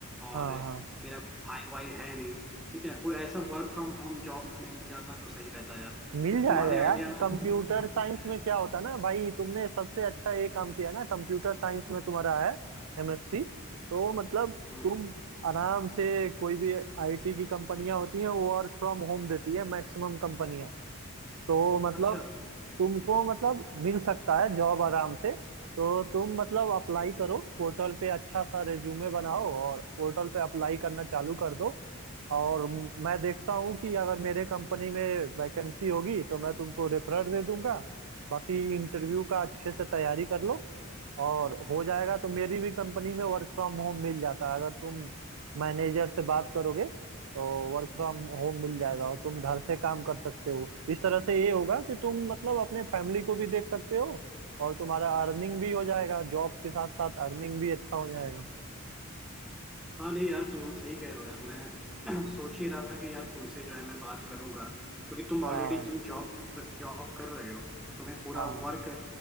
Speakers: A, in the centre; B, on the right.
A: और
B: हाँ हाँ
A: मेरा भाई वाई है नहीं ठीक है कोई ऐसा वर्क फ्रॉम होम जॉब मिल जाता तो सही रहता यार
B: मिल
A: कुछ
B: जाएगा
A: तुम्हारे
B: यार
A: आइडिया में
B: कंप्यूटर
A: <laughs>
B: साइंस
A: है
B: में क्या होता है ना भाई तुमने सबसे अच्छा ये काम किया ना कंप्यूटर साइंस में तुम्हारा है एमएससी तो मतलब
A: हम्म,
B: तुम आराम से कोई भी आईटी की कंपनियां होती हैं वो वर्क फ्रॉम होम देती है मैक्सिमम कंपनियां तो मतलब
A: अच्छा
B: तुमको मतलब मिल सकता है जॉब आराम से तो तुम मतलब अप्लाई करो पोर्टल पे अच्छा सा रिज्यूमे बनाओ और पोर्टल पे अप्लाई करना चालू कर दो और म- मैं देखता हूँ कि अगर मेरे कंपनी में वैकेंसी होगी तो मैं तुमको रेफरर दे दूंगा बाकी इंटरव्यू का अच्छे से तैयारी कर लो और हो जाएगा तो मेरी भी कंपनी में वर्क फ्रॉम होम मिल जाता है अगर तुम मैनेजर से बात करोगे तो वर्क फ्रॉम होम मिल जाएगा और तुम घर से काम कर सकते हो इस तरह से ये होगा कि तुम मतलब अपने फैमिली को भी देख सकते हो और तुम्हारा अर्निंग भी हो जाएगा जॉब के साथ साथ अर्निंग भी अच्छा हो जाएगा
A: हाँ नहीं यार तुम सही कह रहे हो यार मैं <clears throat> सोच ही रहा था कि यार तुमसे जो है मैं बात करूंगा क्योंकि तुम
B: हाँ
A: ऑलरेडी तुम जॉब कर जॉब कर रहे हो तो तुम्हें पूरा
B: हाँ
A: वर्क